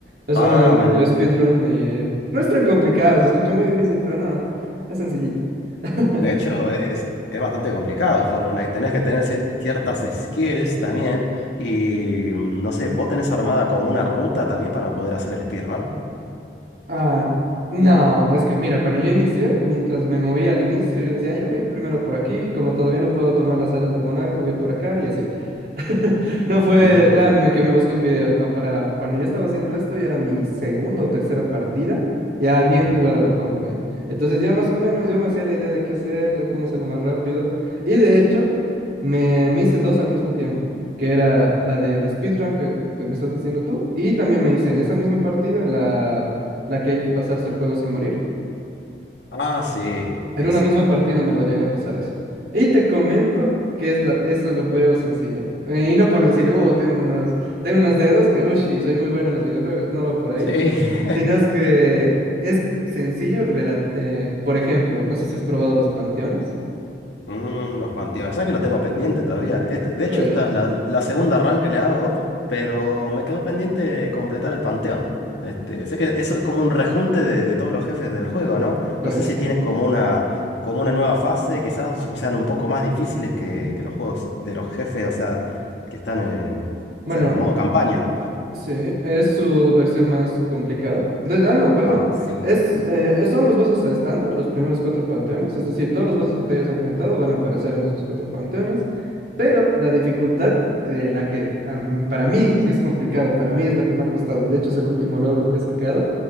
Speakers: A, on the right; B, on the left.
A: Es
B: Ah,
A: una medio
B: menos.
A: speedrun
B: sí.
A: y no es tan complicado, se escucha muy difícil, pero no. Es sencillito. <laughs>
B: De hecho, es, es bastante complicado el Hollow Knight. Tenés que tener cier- ciertas skills también. Y mm, no sé, ¿vos tenés armada como una ruta también para poder hacer el speedrun?
A: Ah, no, es que mira, cuando yo inicié, mientras me movía al inicio, yo decía, "Ah, ya voy a ir primero por aquí, como todavía no puedo tomar las alas del monarca, voy a ir por acá y así. <laughs> No fue
B: Mm,
A: ah, me- que me busqué un video, no, para cuando yo estaba haciendo esto, ya era mi segunda o tercera partida, ya bien
B: ujú.
A: jugada de Hollow Knight. Entonces ya más o menos yo me hacía la idea de qué hacer, qué, cómo hacerlo más rápido. Y de hecho, me, me hice dos al mismo tiempo, que era la del speedrun que te me estás diciendo tú, y también me hice en esa misma partida la que hay que pasarse el juego sin morir.
B: Ah, sí,
A: En
B: sí,
A: una
B: sí.
A: misma partida me lo llegué a pasar eso. Y te comento que es la, eso lo veo sencillo. Eh, y no por decir, uh, tengo unos, tengo unos dedos que, ushi, soy muy bueno en los videojuegos, no va por ahí.
B: Sí. <laughs>
A: Sino es que es sencillo, relat- eh, por ejemplo, no sé si has probado los panteones.
B: Mm, los panteones. ¿Sabes que lo tengo pendiente todavía? Este- de
A: Uy,
B: hecho, esta es la, la segunda run que le hago, pero me quedó pendiente completar el panteón. Este, sé que eso es como un rejunte de, de todos los jefes del juego, ¿no?
A: eh,
B: No sé si tienen como una, como una nueva fase, quizás, o sean un poco más difíciles que,
A: mm,
B: que los juegos de los jefes, o sea, que están en,
A: Bueno,
B: o sea, en el modo campaña.
A: Sí, es su versión más complicada. De- Ah, no, perdón.
B: Ah, sí.
A: Es, eh, son los bosses a estándar, los primeros cuatro panteones. Es decir, todos los bosses que te hayas enfrentado van a aparecer en esos cuatro panteones. Pero la dificultad de la que am, para mí sí es complicado, para mí es lo que me ha costado. Y de hecho es el último logro que he sacado,